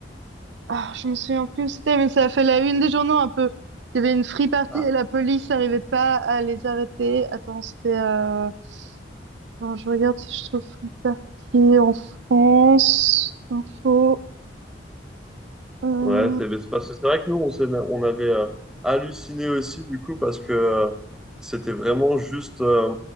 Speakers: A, on the right; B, in the centre.
A: Ah, je me souviens plus où c'était, mais ça a fait la une des journaux un peu. Il y avait une free party
B: Ah,
A: et la police n'arrivait pas à les arrêter. Attends, c'était... Euh... Non, je regarde si je trouve free party en France. Info. Euh...
B: Ouais, c'est c'est parce que c'est vrai que nous, on, s'est- on avait euh, halluciné aussi, du coup, parce que euh, c'était vraiment juste. euh,